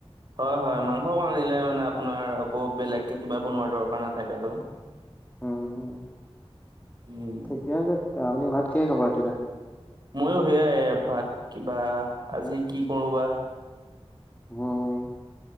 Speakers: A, on the right; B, on the left.
A: হয়, হয় মাংসকন আনিলে মানে আপোনাৰ আকৌ বেলেগকে কিবা বনোৱাৰ দৰকাৰ নাথাকে আৰু
B: উম, হম,
A: উম,
B: ঠিকে আছে আপুনি ভাত কিহে খাব ৰাতি লে?
A: মইও সেয়াই ভাত কিবা আজি কি কৰো বা
B: উম।